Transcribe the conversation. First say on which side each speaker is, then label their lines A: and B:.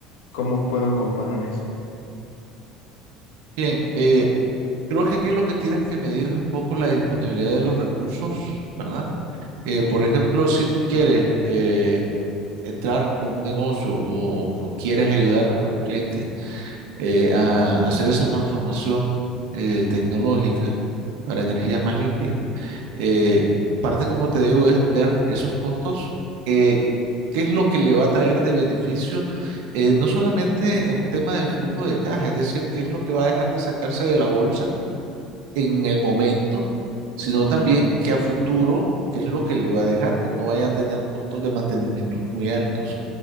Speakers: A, on the left; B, on the right.
A: ¿Cómo puedo comparar eso?
B: Bien, eh, creo que aquí lo que tienes que medir es un poco la disponibilidad de los recursos, ¿verdad? Eh,
A: Ya,
B: por ejemplo, si tú quieres eh, entrar como un negocio o o quieres ayudar a un cliente eh, a hacer esa transformación eh, tecnológica para energías más limpias. Eh, parte, como te digo, es ver esos costos, eh, qué es lo que le va a traer de beneficio, eh, no solamente en un tema de flujo de caja, es decir, qué es lo que va a dejar de sacarse de la bolsa en el momento, sino
A: ok,
B: también que a futuro, qué es lo que le va a dejar, que no vaya a tener costos de mantenimiento muy altos.